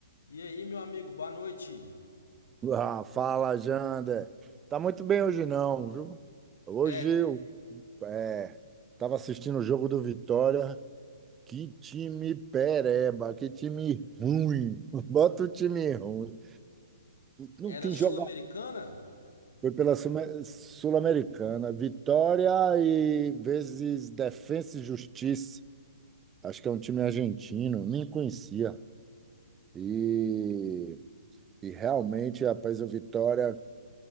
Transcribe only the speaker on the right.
Ah, fala, Jander. Tá muito bem hoje não, viu? Hoje
eu é, tava assistindo o jogo do Vitória. Que time pereba, que time ruim. <laughs> Bota o time ruim. Não
tem
jogador. Foi pela Suma- Sul-Americana. Vitória e vezes Defensa e Justiça. Acho que é um time argentino, nem conhecia. E, e realmente, rapaz, o Vitória